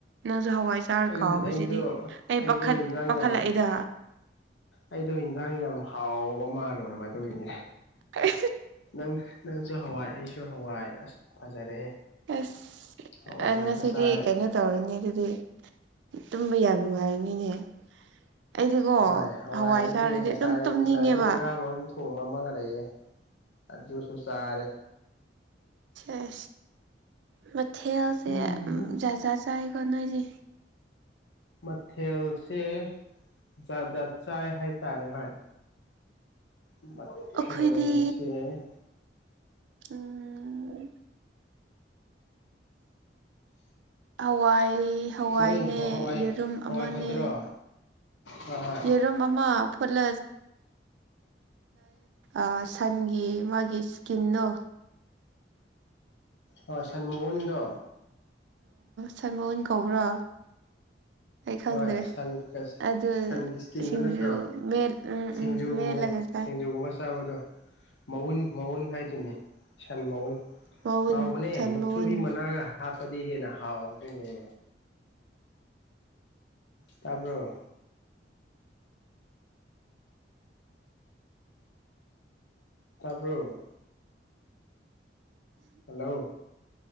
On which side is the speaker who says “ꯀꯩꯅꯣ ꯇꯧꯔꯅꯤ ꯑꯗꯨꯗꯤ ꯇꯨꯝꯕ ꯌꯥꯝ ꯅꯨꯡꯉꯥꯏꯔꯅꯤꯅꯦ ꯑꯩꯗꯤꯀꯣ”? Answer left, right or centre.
Right